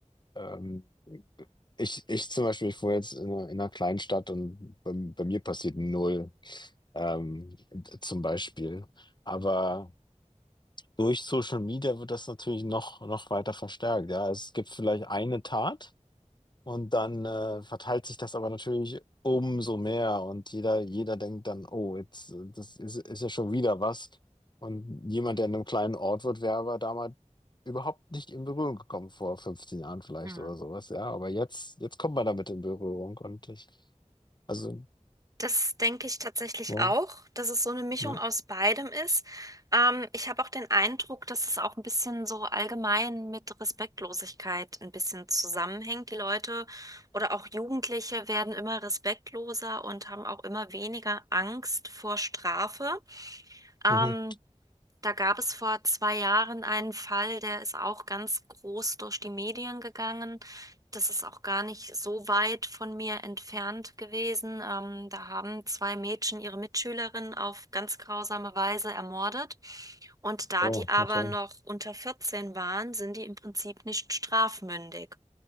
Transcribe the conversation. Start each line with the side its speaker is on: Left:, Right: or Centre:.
Left: Ähm, ich, ich zum Beispiel, ich wohne jetzt in einer, in einer kleinen Stadt und bei, bei mir passiert null, ähm, d- zum Beispiel. Aber durch Social Media wird das natürlich noch, noch weiter verstärkt. Ja, es gibt vielleicht eine Tat. Und dann äh, verteilt sich das aber natürlich umso mehr und jeder, jeder denkt dann, oh, jetzt, äh, das ist, ist ja schon wieder was. Und jemand, der in einem kleinen Ort wird, wäre aber damals überhaupt nicht in Berührung gekommen, vor 15 Jahren vielleicht
Right: hm.
Left: oder sowas, ja. Aber jetzt, jetzt kommt man damit in Berührung und ich, also,
Right: Das denke ich tatsächlich
Left: ja,
Right: auch, dass es so eine Mischung
Left: ja.
Right: aus beidem ist. Ähm, ich habe auch den Eindruck, dass es auch ein bisschen so allgemein mit Respektlosigkeit ein bisschen zusammenhängt. Die Leute oder auch Jugendliche werden immer respektloser und haben auch immer weniger Angst vor Strafe. Ähm,
Left: Mhm.
Right: da gab es vor zwei Jahren einen Fall, der ist auch ganz groß durch die Medien gegangen. Das ist auch gar nicht so weit von mir entfernt gewesen. Ähm, da haben zwei Mädchen ihre Mitschülerin auf ganz grausame Weise ermordet. Und da
Left: Oh,
Right: die aber
Left: okay.
Right: noch unter 14 waren, sind die im Prinzip nicht strafmündig.